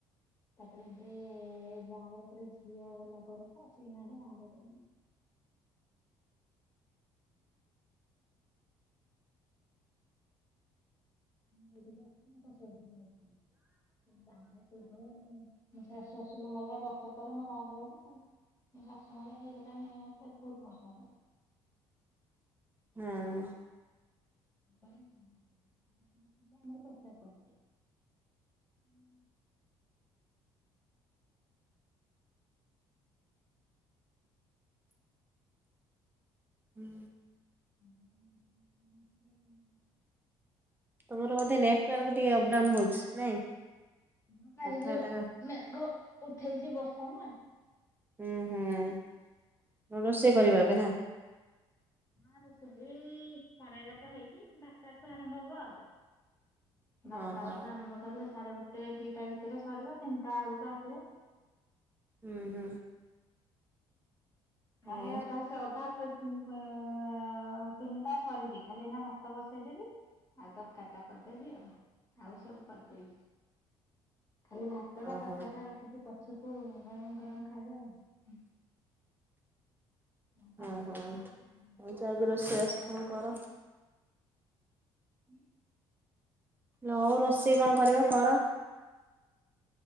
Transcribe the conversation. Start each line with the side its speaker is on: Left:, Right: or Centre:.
Left: ତାପରେ ଏବେ ଏ ବାହାଘର ତାପରେ ଝିଅ ହେଲା ପରେ ତ ସେଇ ନା ରେ ମା <unintelligible> ଦେଲେ। ମୁଁ ବି ଯାଏ ମୋ ଶାଶୁ <inaudible> ଯାଏ। ବାହାଘର ପୂର୍ବ ରୁ ଉ ମୋ ଶାଶ୍ ଶଶୁର ମରିଲା ବର୍ଷ ପରେ ମୋ ବାହାଘର ହେଲା ଆଉ ମୋ ଶାଶୁ ମଲା ହେଇଗଲାଣି ଏତେ ବହୁତ ବର୍ଷ ହେଲା।
Right: ହଁ।
Left: ପରେ। <inaudible> ସେଥି ପାଇ ଆମର ପ୍ରସ୍ତାବ୍ ପଡିଛି। ହୁଁ।
Right: ହୁଁ।
Left: <inaudible>
Right: ତୁମର ବୋଧେ ନେଟୱାର୍କ ଟିକେ ଅପ୍ ଡାଉନ୍ ହଉଛି, ନାଇଁ।
Left: ମୁଁ କାଇ
Right: କଥାଟା
Left: ଯୋ ମେଘ ଉଠେଇଛି ବସି ହେ ନା।
Right: ହୁଁ ହୁଁ ରୋଷେଇ କରିବ ଏବେ ନା।
Left: ତାହାର ସେ ଏ ସାଢେ ଏଗାରଟା ହେଇକି ବାରଟା ଠୁ ଆରମ୍ଭ ହବ ଆଉ। ବାରଟା
Right: ହଁ
Left: ଆଳକୁ
Right: ହଁ
Left: ଆରମ୍ଭ କରି ସାଢେ ଗୋଟେ ଦିଟା ଭିତରେ ସରିବ ତିନ୍ ଟା ଆଳକୁ ଆସିବ।
Right: ହୁଁ ହୁଁ। ହଉ
Left: ହ ଏଁ ଅଧା ସେ ଅଧା <unintelligible> ତିନିଟା ସରିଛି ଖାଲି ଏଇନା ଭାତ ବସେଇଦେବି ଆଉ ତରକାରୀ ଟା କରିଦେବି ଆଉ, ଆଉ ସବୁ କରିଦେଇଛି। ଖାଲି ଭାତ ଟା
Right: ଓହୋ
Left: ତରକାରିଟା ରଖିଛି କ ସବୁ ଗରମ ଗରମ ଖାଇବା ଆଉ। <inaudible>
Right: ହଁ ହଁ। ହଉ ଯାଇକି ରୋଷେଇବାସ କଣ କର
Left: ହୁଁ।
Right: ନଉ ରୋଷେଇ କଣ କରିବା କର।